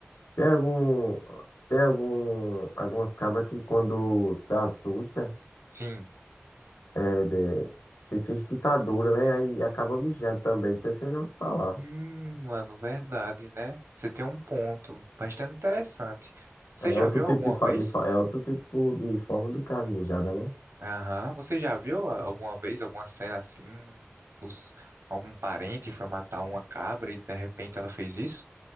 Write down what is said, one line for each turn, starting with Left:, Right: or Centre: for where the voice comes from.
Left: Tem algum. Tem algum. Algumas cabras que quando se assusta,
Right: sim.
Left: é, de- se finge que tá dura, né? Aí acaba mijando também. Não sei se vocês já ouviram falar.
Right: Hum, mano, verdade, né? Você tem um ponto bastante interessante. Você
Left: É
Right: já
Left: outro
Right: viu
Left: tipo
Right: alguma
Left: de, fa-
Right: vez?
Left: de fa- é outro tipo de forma de carne mijada, né?
Right: Aham. Você já viu a- alguma vez alguma cena assim? Os, algum parente foi matar uma cabra e de repente ela fez isso?